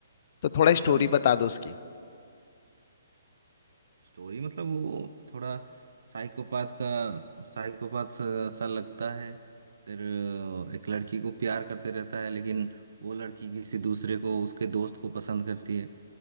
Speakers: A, on the left; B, on the right.
A: तो
B: बहुत
A: थोड़ा
B: अच्छा
A: स्टोरी बता दो उसकी
B: स्टोरी मतलब वो थोड़ा साइकोपाथ का साइकोपाथ सा सा लगता है फिर अ, एक लड़की को प्यार करते रहता है लेकिन वो लड़की किसी दूसरे को उसके दोस्त को पसंद करती है